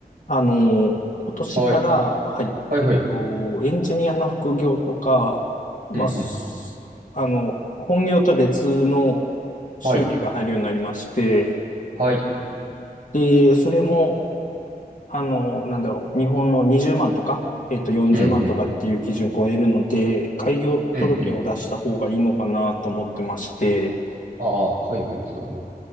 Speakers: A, on the left (about 55°); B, on the right (about 70°).
A: あの、今年からはい
B: はい。はいはい。
A: と、エンジニアの副業とか、まあ、
B: うんうん。
A: すあの、本業とは別の収入が入るようになりまして、
B: はい。はい。
A: で、それも、あの、なんだろう、日本の20万とか、えっと、40万とかっていう基準を超えるので、
B: うんうん。
A: 開業届を出した方がいいのかなと思ってまして、
B: うんうん。ああ、はいはい。そうやね。